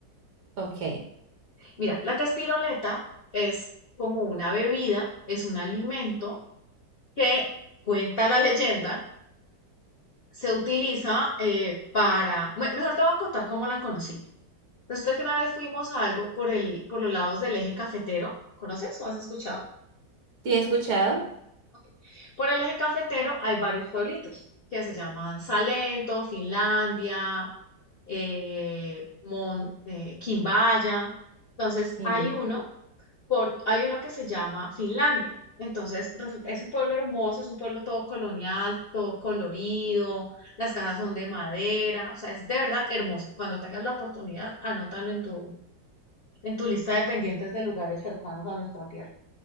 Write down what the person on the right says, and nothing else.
ok.
¿Te he escuchado?
Sí.